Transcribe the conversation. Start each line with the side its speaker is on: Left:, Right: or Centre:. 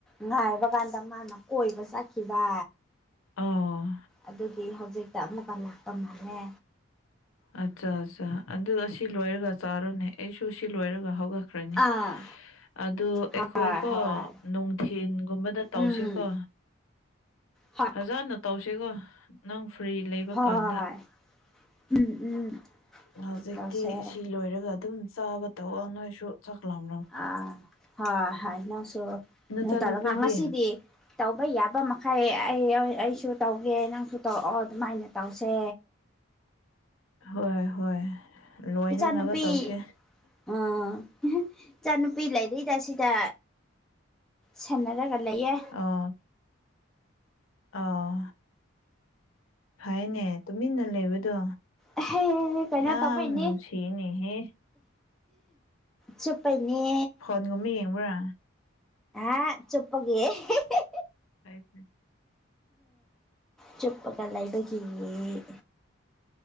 Centre: ꯉꯥꯏꯕ ꯀꯥꯟꯗ ꯃꯥꯅ ꯀꯣꯏꯕ ꯆꯠꯈꯤꯕ
Left: ꯑꯣꯥ
Centre: ꯑꯗꯨꯒꯤ ꯍꯧꯖꯤꯛꯇ ꯑꯃꯨꯛꯀ ꯂꯥꯛꯄ ꯃꯜꯃꯦ
Left: ꯑꯠꯆꯥ ꯑꯠꯆꯥ ꯑꯗꯨꯒ ꯑꯁꯤ ꯂꯣꯏꯔꯒ ꯆꯥꯔꯣꯅꯦ ꯑꯩꯁꯨ ꯁꯤ ꯂꯣꯏꯔꯒ ꯍꯧꯒꯠ ꯈ꯭ꯔꯅꯤ
Centre: ꯑꯥ
Left: ꯑꯗꯨ
Centre: ꯍꯣꯏ
Left: ꯑꯩꯈꯣꯏꯀꯣ
Centre: ꯍꯣꯏ
Left: ꯅꯨꯡꯊꯤꯟꯒꯨꯝꯕꯗ ꯇꯧꯁꯤꯀꯣ
Centre: ꯎꯝ ꯍꯣꯏ
Left: ꯐꯖꯅ ꯇꯧꯁꯤꯒꯣ ꯅꯪ ꯐ꯭ꯔꯤ ꯂꯩꯕ
Centre: ꯍꯣꯏ
Left: ꯀꯥꯟꯗ
Centre: ꯎꯝ ꯎꯝ
Left: ꯍꯧꯖꯤꯛꯇꯤ
Centre: ꯇꯧꯁꯦ
Left: ꯁꯤ ꯂꯣꯏꯔꯒ ꯑꯗꯨꯝ ꯆꯥꯕ ꯇꯧꯑꯉꯣꯏꯁꯨ ꯆꯥꯛꯂꯝ
Centre: ꯑꯥ ꯍꯣꯏ ꯍꯣꯏ ꯅꯪꯁꯨ ꯑꯗꯨ
Left: ꯅꯆꯥꯅꯨꯄꯤꯗꯤ
Centre: ꯇꯧꯔꯒ ꯉꯁꯤꯗꯤ ꯇꯧꯕ ꯌꯥꯕ ꯃꯈꯩ ꯑꯩ ꯑꯩꯁꯨ ꯇꯧꯒꯦ ꯅꯪꯁꯨ ꯇꯧꯔꯛꯑꯣ ꯑꯗꯨꯃꯥꯏꯅ ꯇꯧꯁꯦ
Left: ꯍꯣꯏ ꯍꯣꯏ ꯂꯣꯏꯅꯅꯕ
Centre: ꯎꯆꯥꯅꯨꯄꯤ
Left: ꯇꯧꯁꯦ
Centre: ꯑ ꯍꯍ ꯏꯆꯥꯅꯨꯄꯤ ꯂꯩꯔꯤꯗ ꯁꯤꯗ ꯁꯟꯅꯔꯒ ꯂꯩꯌꯦ
Left: ꯑꯥ ꯑꯥ ꯍꯥꯏꯅꯦ ꯇꯨꯃꯤꯟꯅ ꯂꯩꯕꯗꯣ
Centre: ꯑꯍꯦ ꯀꯩꯅꯣ
Left: ꯌꯥꯝꯅꯨꯡꯁꯤꯅꯦꯍꯦ
Centre: ꯇꯧꯕꯩꯅꯦ ꯆꯨꯞꯄꯩꯅꯦ
Left: ꯐꯣꯟꯒꯨꯝꯕ ꯌꯦꯡꯕ꯭ꯔꯥ
Centre: ꯑꯥ ꯆꯨꯄꯒꯤ ꯑꯦꯍꯦꯍꯦ
Left: ꯇꯥꯏ ꯍꯝ
Centre: ꯆꯨꯞꯄꯒ ꯂꯩꯕꯒꯤꯌꯦ